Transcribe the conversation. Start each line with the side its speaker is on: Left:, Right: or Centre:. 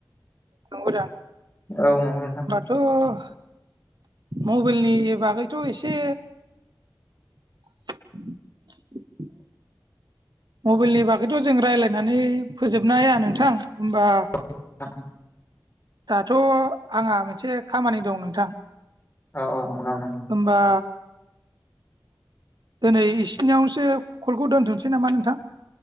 Right: नंगौ
Left: औ नंगौ नोंथां
Right: औ मबाइलनि बागैथ' एसे <inaudible> मबाइलनि बागैथ' जों रायजलायनानै फोजोबनो हाया नोंथां होमबा।
Left: <inaudible>
Right: दाथ' आंहा मोनसे खामानि दं नोंथां।
Left: औ औ नंगौ।
Right: होनोमबा दिनै इसिनियावसो कलखौ दोनथ'सै नामा नोंथां।